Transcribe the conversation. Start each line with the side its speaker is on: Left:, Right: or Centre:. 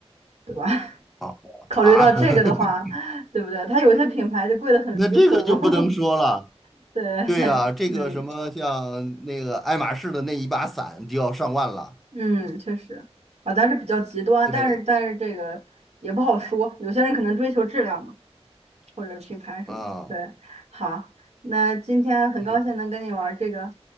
Right: 对吧？<laughs>
Centre: 啊
Right: 考虑到这个的话，
Centre: 啊，<laughs>
Right: 对不对？它有些品牌就贵得很离谱，
Centre: 那这个就不能说了。
Right: <laughs> 对，
Centre: 对啊，这个什么像那个爱马仕的那一把伞就要上万了。
Right: 嗯嗯，确实啊，但是比较极端，
Centre: 对，
Right: 但是但是这个也不好说，有些人可能追求质量嘛，或者品牌什么的，
Centre: 啊，
Right: 对，好，那今天很高兴能跟你玩这个，
Centre: 嗯，